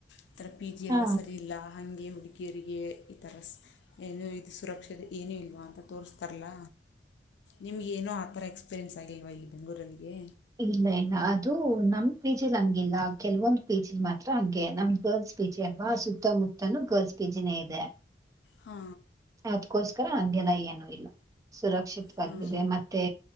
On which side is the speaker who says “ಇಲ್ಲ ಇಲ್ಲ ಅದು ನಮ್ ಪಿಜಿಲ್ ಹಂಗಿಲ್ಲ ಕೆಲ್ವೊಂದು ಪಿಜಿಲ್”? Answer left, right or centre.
Right